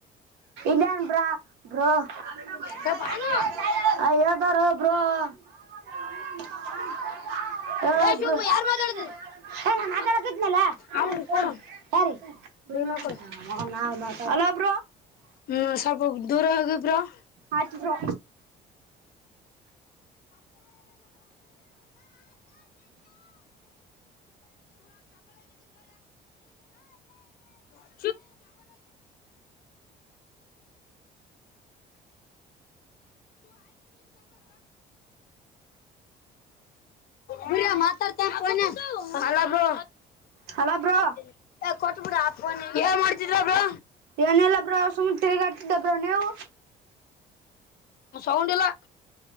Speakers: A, on the right; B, on the left.
A: ಇಲ್ಲನ್ ಬ್ರಾ ಬ್ರೋ. <unintelligible>
B: ಏ ಭಾನು ಏ ಶಿವಮ್ಮ ಯಾರ್ ಮಾತಾಡ್ತಿದ್ ಅವ್ನು ಕೊಡು ಭೀಮಾ ಕೊಡು
A: <unintelligible> <unintelligible>
B: ಹ್ಮ್ ಸ್ವಲ್ಪ ದೂರ ಹೋಗಿ ಬ್ರೋ. <unintelligible>
A: ಆಯ್ತು ಬ್ರೋ
B: <unintelligible> ಬಿರಿಯ ಮಾತಾಡ್ತೀನ್ ಫೋನ್ ನ್ಯಾಗ ಹಲೋ ಬ್ರೋ.
A: ಹಲೋ ಬ್ರೋ
B: <unintelligible> ಕೊಟ್ಬಿಡ ಆ ಫೋನ್ ಅವ್ರಿಗೆ ಏನ್ ಮಾಡ್ತಿದ್ರಿ ಬ್ರೋ.
A: ಏನಿಲ್ಲ ಬ್ರೋ ಸುಮ ತಿರಿಗಾಡ್ತಿದ್ದೆ ಬ್ರೋ ನೀವು.
B: ಸೌಂಡ್ ಇಲ್ಲ.